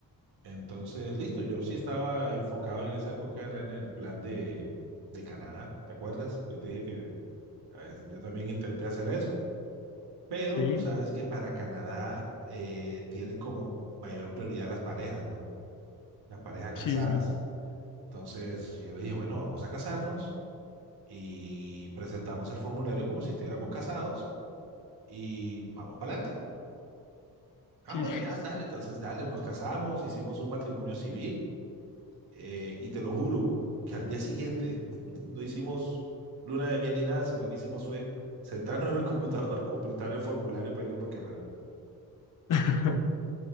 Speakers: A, on the right; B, on the left.
A: Entonces, listo. Yo sí estaba enfocado en esa época, era en el plan de, de Canadá. ¿Te acuerdas? Yo te dije que a veces, yo también intenté hacer eso, pero
B: ¿sí?
A: tú sabes que para Canadá eh, tienen como mayor prioridad las parejas, ¿no? Las parejas casadas.
B: Sí, sí,
A: Entonces yo le dije, bueno, vamos a casarnos y presentamos el formulario como si estuviéramos casados y vamos para adelante. Ah,
B: sí,
A: bueno,
B: sí,
A: ya, dale, entonces dale, nos casamos, hicimos un matrimonio civil eh, y te lo juro que al día siguiente <laughs> no hicimos luna de miel ni nada, sino que hicimos fue sentarnos en el computador, <laughs> completar el formulario para irnos para Canadá.
B: <laughs>